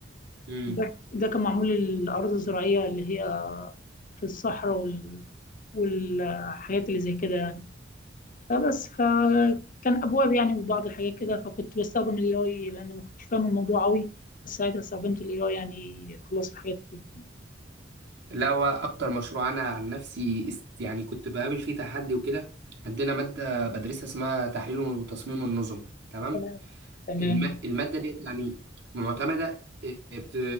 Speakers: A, on the right (about 60°); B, on the left (about 45°).
A: امم
B: ده ده كان معمول للأراضي الزراعية اللي هي في الصحراء وال... والحاجات اللي زي كده يعني فبس فكان ابواب يعني وبعض الحاجات كده فكنت بستخدم الاي اي لان ما كنتش فاهم الموضوع قوي بس ساعتها استخدمت الاي اي يعني خلصت حاجات كتير فيه
A: لا هو اكتر مشروع انا عن نفسي است- يعني كنت بقابل فيه تحدي وكده عندنا مادة بدرسها اسمها تحليل وتصميم النظم تمام
B: تمام تمام
A: الم... المادة ديت يعني معتمدة آه، بت...